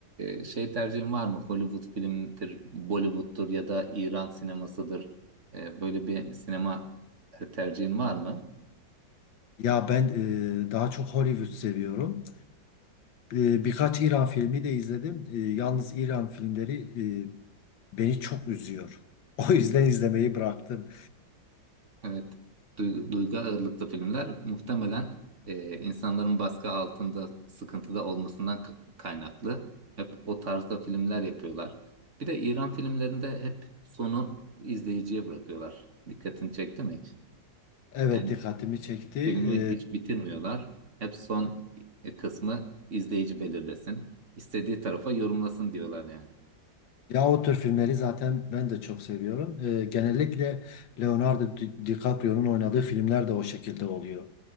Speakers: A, on the right; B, on the left.
A: e, şey tercihin var mı? Hollywood filmidir, Bollywood'dur ya da İran sinemasıdır. Ee, böyle bir sinema e, tercihin var mı?
B: Ya ben e, daha çok Hollywood seviyorum. E, birkaç İran filmi de izledim. E, yalnız İran filmleri e, beni çok üzüyor. <laughs> O yüzden izlemeyi bıraktım.
A: Evet. Duygu, duygu ağırlıklı filmler muhtemelen e, insanların baskı altında, sıkıntıda olmasından k- kaynaklı. Hep o tarzda filmler yapıyorlar. Bir de İran filmlerinde hep sonu izleyiciye bırakıyorlar. Dikkatini çekti mi hiç?
B: Evet
A: Yani
B: dikkatimi çekti.
A: Filmi
B: E,
A: hiç bitirmiyorlar. Hep son e, kısmı izleyici belirlesin. İstediği tarafa yorumlasın diyorlar yani.
B: ya o tür filmleri zaten ben de çok seviyorum. E, genellikle Leonardo Di- DiCaprio'nun oynadığı filmler de o şekilde oluyor.